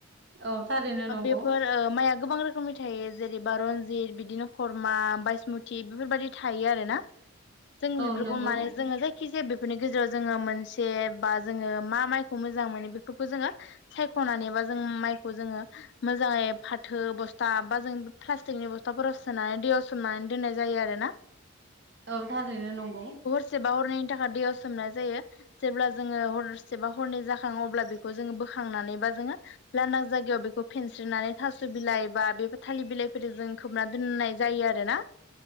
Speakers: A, on the right (about 55°); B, on the left (about 55°).
A: औ थारैनो नंगौ
B: बेफोर ओ माइया गोबां रो सम मथे जेनेबा रनजित बिदिनो खरमा बायसमुथि बेफोरबायाददि थायो आरोना। जों बेफोरखौ
A: औ नंगौ
B: माने जोङो जायखि जाया बेफोरनि गेजेराव जोङो मोनसे बा जोङो मा माइखौ मोजां मोनो बेफोरखौ जोङो सायख'नानैबा जों माइखौ जोङो मोजाङै फाथो बस्था बा जों प्लास्टिकनि बस्थाफोराव सोनानै दैयाव सोमनानै दोननाय जायो आरो ना <inaudible>
A: औ थारैनो नंगौ
B: सोबा हरनायनि थाखाय दैयाव सोमनाय जायो जेब्ला जोङो हरसेबा हरनै जाखङो अब्ला बेखौ जोङो बोखांनानैबा जोङो लांदां जायगायाव बेखौ फेनस्रिनानै थास' बिलाइ बा बे थालिर बिलाइफोरजों जों खोबना दोननाय जायो आरो ना